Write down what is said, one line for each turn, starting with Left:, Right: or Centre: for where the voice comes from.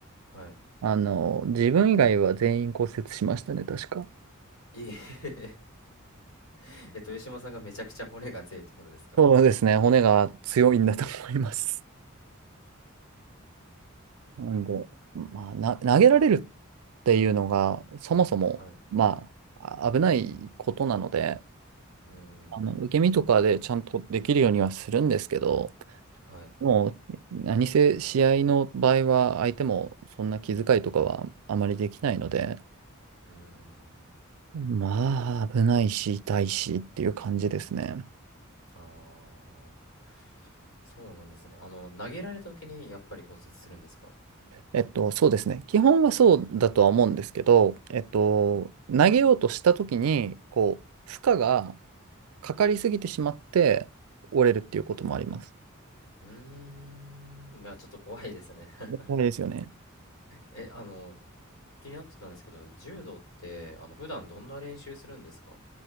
Left: はい。
Right: あの、自分以外は全員骨折しましたね、確か。
Left: いえ <laughs> えっと、豊島さんがめちゃくちゃ骨が強いってことですか
Right: そうですね、骨が強いんだと思います。<laughs> なんで、まあ、な、投げられるっていうのが、そもそも、
Left: はい。
Right: まあ、あ危ないことなので、
Left: うーん。
Right: あの、受け身とかでちゃんとできるようにはするんですけど、
Left: はい。
Right: もう、何せ試合の場合は相手もそんな気遣いとかはあまりできないので、
Left: うーん。
Right: まあ、危ないし、痛いしっていう感じですね。
Left: ああ、そうなんですね。あの、投げられた時にやっぱり骨折するんですか
Right: えっと、そうですね。基本はそうだとは思うんですけど、えっと、
Left: うん、
Right: 投げようとした時に、こう、負荷がかかりすぎてしまって折れるっていうこともあります。
Left: うーんいや、ちょっと怖いですね。<laughs>
Right: やばいですよね。
Left: え、あの、気になってたんですけど、柔道って、あの、普段どんな練習するんですか